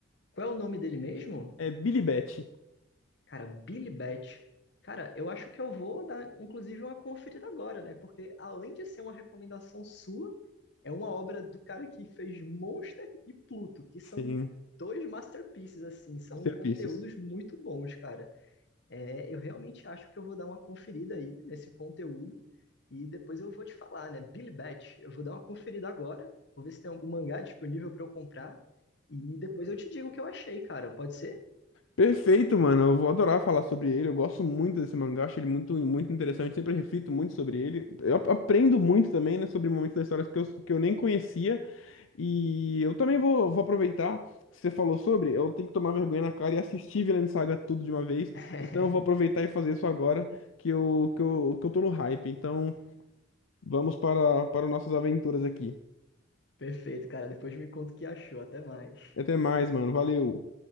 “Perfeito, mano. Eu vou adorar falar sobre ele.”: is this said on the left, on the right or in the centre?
Left